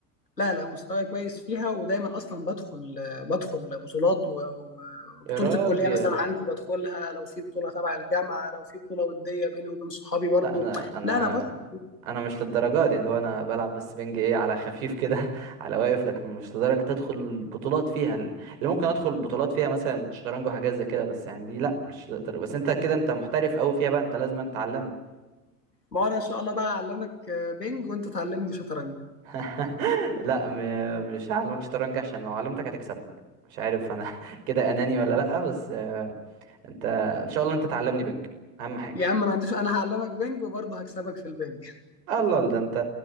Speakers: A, on the left; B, on the right.
A: لا لا مستواي كويس فيها ودايما اصلا بدخل بدخل بطولات و- وبطوله
B: يا راجل
A: الكليه مثلا عندي بدخلها لو في بطوله تبع الجامعه لو في بطوله وديه بيني وبين صحابي برضو
B: لا انا انا
A: لا لا بدخل
B: انا مش للدرجه دي اللي هو انا بلعب بس بينج ايه على خفيف كده <laughs> على واقف لكن مش لدرجه تدخل بطولات فيها اللي ممكن ادخل بطولات فيها مثلا شطرنج وحاجات زي كده بس يعني دي لا مش لدرجة. بس انت كده انت محترف قوي فيها بقى انت لازم تعلمني
A: ما هو انا ان شاء الله بقى اعلمك بينج وانت تعلمني شطرنج
B: <laughs> لا م... مش هعلمك شطرنج عشان لو علمتك هتكسبني مش عارف انا <laughs> كده اناني ولا لا بس انت ان شاء الله انت تعلمني بنك اهم حاجه
A: يا عم انا ما عنديش انا هعلمك بينج وبرضه هكسبك في البينج
B: الله ده انت